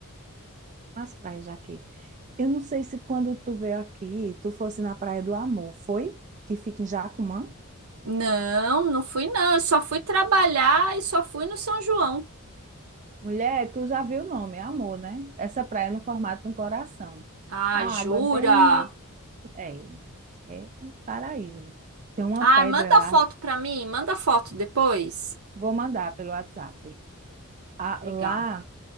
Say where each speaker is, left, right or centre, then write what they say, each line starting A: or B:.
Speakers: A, on the right; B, on the right.
A: umas praias daqui. Eu não sei se quando tu veio aqui, tu fosse na Praia do Amor, foi? Que fica em Jacumã?
B: Não, não fui não. Eu só fui trabalhar e só fui no São João.
A: Mulher, tu já viu o nome, é Amor, né? Essa praia é no formato de um coração.
B: Ah,
A: A
B: jura?
A: água é bem É, é um paraíso. Tem uma
B: Ah,
A: pedra
B: manda
A: lá,
B: foto pra mim, manda foto depois.
A: vou mandar pelo WhatsApp. Ah,
B: Legal.
A: lá